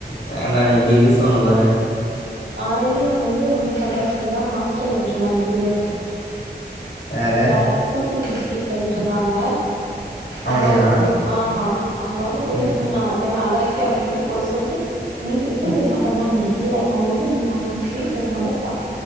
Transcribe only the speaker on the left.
வேண்டான்னு எப்டி வீசுவாங்க பாருங்க
யாரு
அவனையா
ம்